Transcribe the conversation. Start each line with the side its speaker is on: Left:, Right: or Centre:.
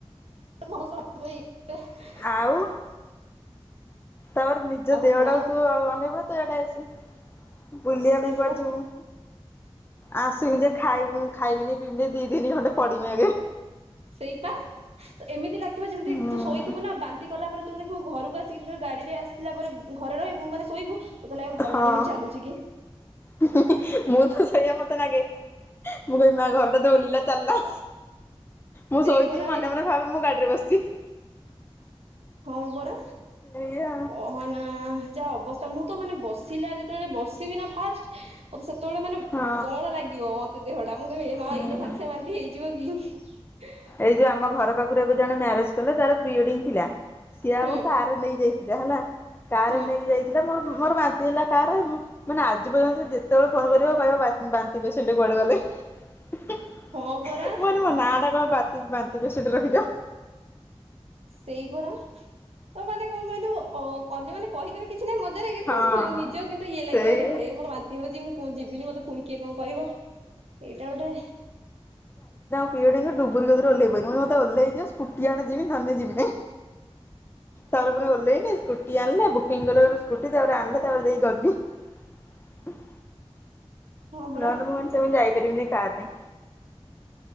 Right: <inaudible>
Left: ଆଉ ତାପରେ ନିଜ
Right: ଆଉ
Left: ଦେହଟାକୁ
Right: କଣ ଆଉ
Left: ତୁ ଅ-ଅନେଇବୁନା ତୁ ଇଆଡେ ସି ବୁଲିବା
Right: ସେଇ
Left: ପାଇଁ
Right: ପରା
Left: କୁଆଡେ ଯିବୁ। ଆ ସେମିତିରେ ଖାଇବୁ-ଖାଇମିନି ପିଇମିନି ଦି ଦିନି ଖଣ୍ଡେ ପଡମି ଆଗେ।
Right: ସେଇପା ଏମିତି ଲାଗିବ ଯେମିତି
Left: ହୁଁ
Right: ତୁ ଶୋଇଥିବୁ ନା ବାନ୍ତି କଲା ପରେ ତୁ ଦେଖିବୁ ଘରକୁ ଆ ସିଧା ଗାଡିରେ ଆସିଲା ପରେ ଘରେ ରହିବୁ ମାନେ ଶୋଇବୁ ତତେ ଲାଗିବ ଘରଟା
Left: ହଁ
Right: ଯେମିତି ଚାଲୁଛି କି
Left: <unintelligible> ମୁଁ ତ ସେଇଆ ମ ଲାଗେ ମୁଁ କହିବି ମା ଘରଟା ତ ଉଡ଼ିଲା ଚାଲିଲା। ମୁଁ
Right: ସେଇ
Left: ଶୋଇଥିବି
Right: ପରା
Left: ମନେ ମନେ ଭାବେ ମୁଁ ଗାଡ଼ି ରେ ବସିଛି।
Right: ହଁ ପରା
Left: ଏଇଆ
Right: କହନା। ଯାହା ଅବସ୍ଥା ମୁଁ ତ ମାନେ ବସିଲା ଯେତେବେଳେ ବସିବି ନା ଫାଷ୍ଟ୍ ମତେ ସେତେବେଳେ ମାନେ
Left: ହଁ
Right: କଣ ଲାଗିବ ମତେ ଦେହ <unintelligible> କହିବି ଏ ମା
Left: ହୁଁ
Right: ଏଇନେ
Left: ହୁଁ।
Right: ସାଙ୍ଗେ ସାଙ୍ଗେ ବାନ୍ତିି ହେଇଯିବ କି।
Left: ଏଇ ଯୋଉ ଆମ ଘର ପାଖରୁ ଏବେ ଜଣେ ମ୍ୟାରେଜ୍ କଲେ ତାର ପ୍ରୀ ୱେଡିଂ ଥିଲା ସିଏ
Right: ହୁଁ
Left: ଆମକୁ କାର ରେ ନେଇ ଯାଇ ଯା ହେଲା କାର
Right: ହଁ
Left: ନେଇକି ଯାଇଥିଲା ମୋର ମୋର ବାନ୍ତି ହେଲା କାର ରେ ମାନେ ଆଜି ପର୍ଯ୍ୟନ୍ତ ସେ ଯେତେବେଳେ ଫୋନ କରିବ କହିବ ବା ବାନ୍ତିିପେସେଣ୍ଟ୍ କୁଆଡ଼େ ଗଲେ। <unintelligible> ମୁଁ
Right: ହଁ ପରା
Left: କହିଲି ମୋ ନା ଟା କଣ ବାନ୍ତି ବାନ୍ତିିପେସେଣ୍ଟ୍ ରଖିଚ।
Right: ସେଇ ପରା ତ ମାନେ କଣ କହିଲୁ ଅ ଅନ୍ୟମାନେ କହିଦେବେ କି କିଛି ନାହିଁ ମଜାରେ କିନ୍ତୁ
Left: ହଁ
Right: ନିଜ କୁ କିନ୍ତୁ ଇଏ
Left: ସେଇ
Right: ଲାଗିବ ଏହେ ମୋ ବାନ୍ତି ହବ ଯେ ମୁଁ ଯିବିନି ମତେ ପୁଣି କିଏ କଣ କହିବ ଏଇଟା ଗୋଟେ
Left: ପ୍ରିୱେଡିଂ ଡୁବୁରି କତି ରୁ ଓହ୍ଲେଇ ପଇଲି ମୋତେ ଓହ୍ଲେଇ ଦିଅ ସ୍କୁଟି ଆଣ ଯିବି ନହେଲେ ନାଇଁ ଯିବିନି। ତାପରେ ପୁଣି ଓହ୍ଲେଇ <unintelligible> ସ୍କୁଟି ଆଣିଲେ ବୁକିଂ କଲେ ଗୋଟେ ସ୍କୁଟି ତାପରେ ଆଣିଲେ ତାପରେ ଯାଇକି ଗଲି।
Right: ହଁ ପରା
Left: ନହଲେ ମୁଁ ସେମିତି ଯାଇପାରିବିନି କାର୍ ରେ।